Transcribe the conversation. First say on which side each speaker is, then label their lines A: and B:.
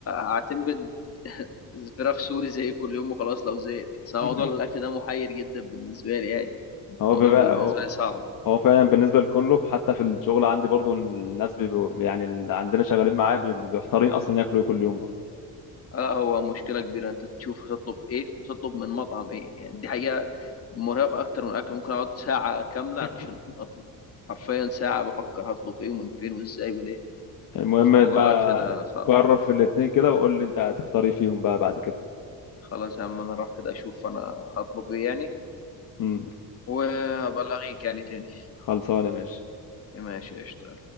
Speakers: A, on the left (about 40°); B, on the left (about 55°).
A: هعتمد <laughs> فراخ سوري زي كل يوم وخلاص لو زهقت بس أنا
B: <laughs>
A: موضوع الأكل ده محير جدا بالنسبة لي يعني
B: هو
A: الموضوع
B: بيبقى
A: بالنسبة
B: هو
A: لي صعب
B: هو فعلا بالنسبة لكله حتى في الشغل عندي برضو الناس بيبقوا يعني اللي عندنا شغالين معايا بيبقوا محتارين أصلا ياكلوا ايه كل يوم برضو
A: لا هو مشكلة كبيرة أنت تشوف هتطلب إيه وتطلب من مطعم إيه يعني دي حقيقة مرهقة أكتر من الأكل ممكن أقعد ساعة كاملة
B: <laughs>
A: عشان أطلب حرفيا ساعة بفكر هطلب إيه ومن فين وإزاي وليه
B: المهم
A: فموضوع
B: بقى
A: الأكل ده صعب
B: قرر في الاتنين كده وقول لي انت هتختار ايه فيهم بقى بعد كده
A: خلاص يا عم أنا أروح كده أشوف أنا هطلب إيه يعني
B: امم
A: وأبلغيك يعني تاني
B: خلصانة ماشي
A: ماشي قشطة